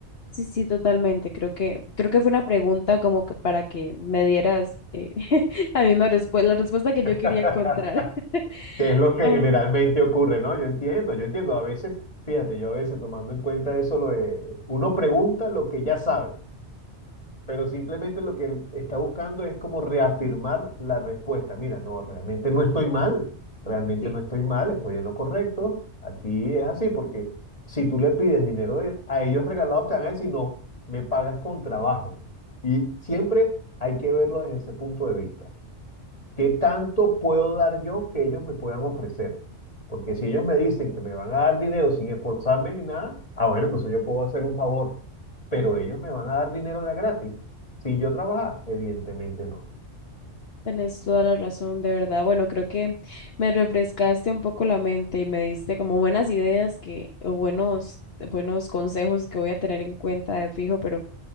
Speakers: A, on the left (about 60°); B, on the left (about 30°).
A: Sí, sí, totalmente. Creo que, creo que fue una pregunta como que para que me dieras eh, <laughs> la misma respuesta, la respuesta que
B: <laughs>
A: yo quería encontrar. <laughs>
B: que es lo que
A: Um,
B: generalmente ocurre, ¿no? Yo entiendo, yo entiendo. A veces, fíjate, yo a veces tomando en cuenta eso, lo de uno pregunta lo que ya sabe, pero simplemente lo que él está buscando es como reafirmar la respuesta. Mira, no, realmente no estoy mal, realmente
A: sí.
B: no estoy mal, estoy en lo correcto. Aquí es así, porque si tú le pides dinero de- a ellos regalados, te van a decir, no, me pagas con trabajo. Y siempre hay que verlo desde ese punto de vista. ¿Qué tanto puedo dar yo que ellos me puedan ofrecer? Porque si ellos me dicen que me van a dar dinero sin esforzarme ni nada, ah, bueno, entonces yo puedo hacer un favor. Pero ellos me van a dar dinero de a gratis, sin yo trabajar, evidentemente no.
A: Tenés toda la razón, de verdad. Bueno, creo que me refrescaste un poco la mente y me diste como buenas ideas que, o buenos, buenos consejos que voy a tener en cuenta de fijo, pero